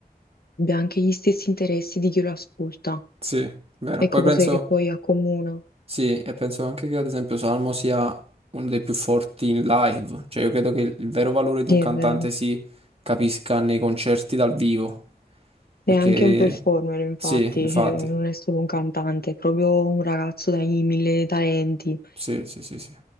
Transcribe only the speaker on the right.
sì, vero.
Poi penso,
sì, e penso anche che ad esempio Salmo sia uno dei più forti in live, cioè io credo che il vero valore di
un cantante
si capisca nei concerti dal vivo,
perché
sì, infatti.
Sì, sì, sì, sì.